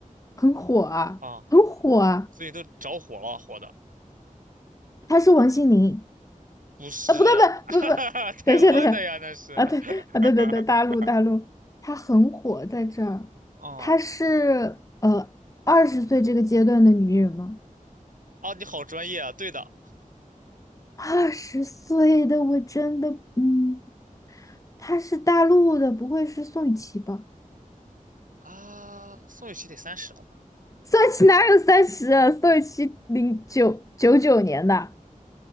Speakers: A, on the left (about 25°); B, on the right (about 70°).
A: 很火啊，
B: 啊，
A: 很火啊！
B: 所以都着火了，火的。
A: 她是王心凌
B: 不是，
A: 啊？不对不对不不，
B: <laughs> 台湾的呀，
A: 等一下等一下啊对啊对对对，
B: 那是。<laughs>
A: 大陆大陆，她很火在这儿，
B: 哦
A: 她是呃二十岁这个阶段的女艺人吗？
B: 哦，你好专业啊！对的
A: 二十岁的我真的，嗯，她是大陆的，不会是宋雨琦吧？
B: 啊，宋雨琦得三十了吧？
A: 宋雨琦哪有三十啊？宋雨琦零九九九年的，